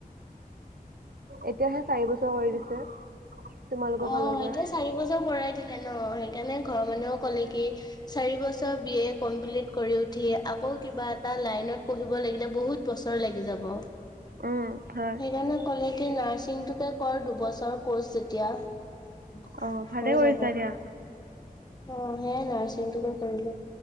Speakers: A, on the right (about 75°); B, on the left (about 25°).
A: এতিয়াহে চাৰি বছৰ কৰি দিছে। তোমালোকৰ
B: অ'
A: ফালৰ পৰা।
B: এতিয়া চাৰি বছৰ কৰাই দিলে ন, সেইকাৰণে ঘৰৰ মানুহেও ক'লে কি। চাৰি বছৰ বি এ কমপ্লিট কৰি উঠি আকৌ কিবা এটা লাইনত পঢ়িব লাগিলে বহুত। বছৰ লাগি যাব।
A: উম হয়
B: সেইকাৰণে ক'লে কি নাৰ্ছিঙটোকে কৰ দুবছৰ ক'ৰ্ছ যেতিয়া।
A: অ ভালে
B: হৈ
A: কৰিছা
B: যাব। অ'
A: দিয়া
B: সেয়াই নাৰ্চিং টোকে কৰিলোঁ।